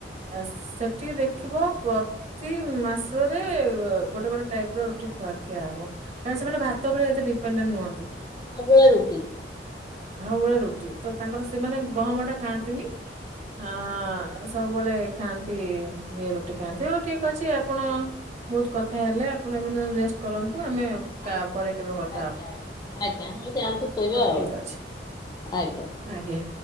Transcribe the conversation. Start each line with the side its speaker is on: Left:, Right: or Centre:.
Right: ଆ ସେଠି ଦେଖିବ ପର୍ ତି ମାସରେ ଗୋଟେ ଗୋଟେ ଟାଇପର ରୁଟି ଖୁଆ ଖିଆ ହବ। କାରଣ ସେମାନେ ଭାତ ଉପରେ ଏତେ ଡିପେଣ୍ଡେଣ୍ଟ ନୁହନ୍ତି।
Left: ସବୁଳେ ରୁଟି।
Right: ଆଉ ବଳେ ରୁଟି ତ ତାଙ୍କର ସେମାନେ ଗହମଟା ଖାଆନ୍ତିନି। ହଁ ସବୁବେଳେ ଖାଆନ୍ତି ଇଏ ରୁଟି ଖାଆନ୍ତି ହଉ ଠିକ୍ ଅଛି ଆପଣ ବହୁତ୍ କଥା ହେଲେ ଆପଣ ଏ ରେଷ୍ଟ କରନ୍ତୁ ଆମେ
Left: ଆଜ୍ଞା
Right: କା ପରେ କେବେ କଥ୍
Left: ଆଜ୍ଞା ହଉ ଆାଆନ୍ତୁ ଶୋଇବେ
Right: ହଉ
Left: ଆଉ
Right: ଠିକ ଅଛି
Left: ଆଜ୍ଞା।
Right: ଆଜ୍ଞା